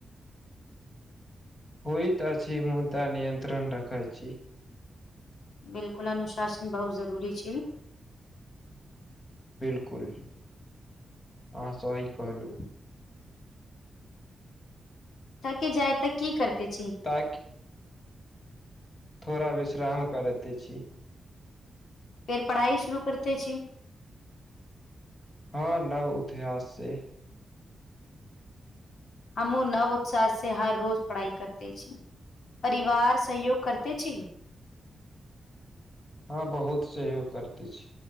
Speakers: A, on the left; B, on the left.
A: होइत अछि मुदा नियन्त्रण रखै छी।
B: बिलकुल अनुशासन बहुत जरूरी छी।
A: बिलकुल अहाॅं सही कहलू।
B: थकि जाय तऽ की करते छी।
A: ताकि थोड़ा विश्राम करैते छी।
B: फेर पढ़ाई शुरू करते छी।
A: हँ नव इतिहास से
B: हमूँ नव उत्साह से, हर रोज पढ़ाई करते छी। परिवार सहयोग करते छी न।
A: हँ, बहुत सहयोग करिते छी